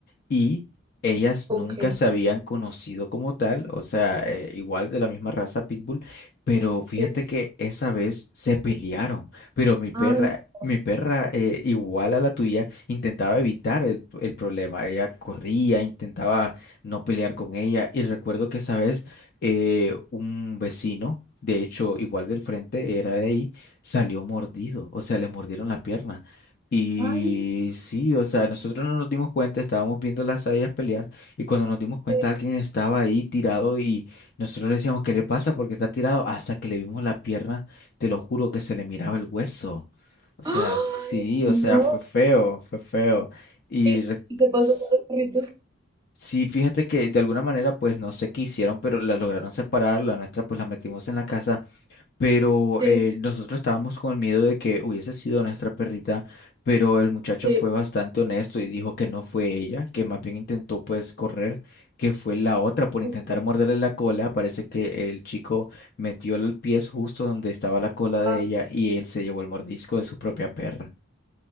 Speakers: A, on the left; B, on the right.
A: y ellas
B: Ok.
A: nunca se habían conocido como tal, o sea, eh, igual de la misma raza Pitbull, pero fíjate
B: Sí.
A: que esa vez se pelearon, pero mi perra,
B: Ay, no.
A: mi perra eh, igual a la tuya intentaba evitar el, el problema, ella corría, intentaba no pelear con ella y recuerdo que esa vez eh, un vecino, de hecho igual del frente, era de ahí, salió mordido, o sea, le mordieron la pierna. Y
B: ay,
A: sí, o sea, nosotros no nos dimos cuenta, estábamos viendo las hayas pelear y cuando nos dimos cuenta
B: sí.
A: alguien estaba ahí tirado y nosotros le decíamos, ¿qué le pasa? Porque está tirado? Hasta que le vimos la pierna, te lo juro que se le miraba el hueso. O sea,
B: <gasps> Ay,
A: sí,
B: no.
A: o sea, fue feo, fue feo. Y
B: ¿Y
A: re-
B: y qué pasó
A: s-
B: con los perritos?
A: sí, fíjate que de alguna manera pues no se quisieron, pero la lograron separar, la nuestra pues la metimos en la casa pero
B: Sí,
A: eh, nosotros estábamos con el miedo de que hubiese sido nuestra perrita, pero el muchacho
B: sí.
A: fue bastante honesto y dijo que no fue ella, que más bien intentó pues correr, que fue la otra por
B: ok.
A: intentar morderle la cola. Parece que el chico metió el pie justo donde estaba la cola de
B: Ah,
A: ella y él se llevó el mordisco de su propia perra.